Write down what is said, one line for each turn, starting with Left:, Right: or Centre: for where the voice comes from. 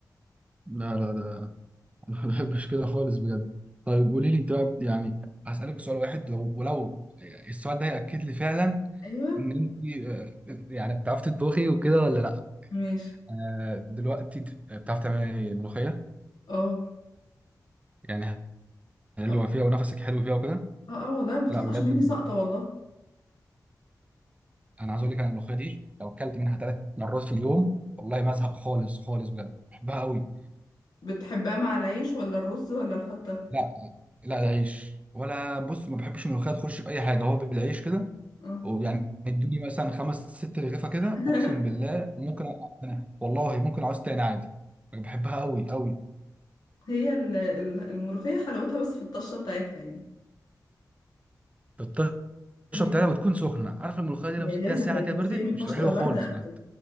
Right: لا لا ده <laughs> ما بحبش كده خالص بجد طيب قولي لي انت بقى يعني هسألك سؤال واحد لو- ولو السؤال ده يأكد لي فعلا
Left: ايوه
Right: ان انت آه، يعني بتعرفي تطبخي وكده ولا لا
Left: ماشي
Right: آه، دلوقتي انت بتعرفي تعملي ملوخية
Left: اه
Right: يعني حلوة
Left: اه
Right: فيها ونفسك حلو فيها وكده
Left: اه آه، والله ما بتطلعش
Right: لا بجد
Left: مني ساقطه والله
Right: انا عايز اقول لك انا الملوخيه دي لو اكلت منها ثلاث مرات في اليوم والله ما ازهق خالص خالص بجد بحبها قوي
Left: بتحبها مع العيش ولا الرز ولا الفتة
Right: لا لا ده عيش ولا بص ما بحبش الملوخيه تخش في اي حاجه هو بالعيش كده
Left: اه
Right: ويعني ادوني مثلا خمس ست رغيفه كده
Left: <laughs>
Right: اقسم بالله ممكن أنا والله ممكن اعوز تاني عادي بحبها قوي قوي
Left: هي ال- ال- الملوخية حلاوتها بس في الطشة بتاعتها يعني
Right: بتشرب
Left: هي
Right: تلاته وتكون سخنه عارف الملوخيه دي
Left: ما
Right: لو
Left: هي
Right: سبتها
Left: لازم
Right: ساعه
Left: هي الملوخية
Right: كده بردت
Left: ما ينفعش
Right: مش تبقى
Left: تبقى
Right: حلوه
Left: باردة
Right: خالص
Left: أبدا
Right: بجد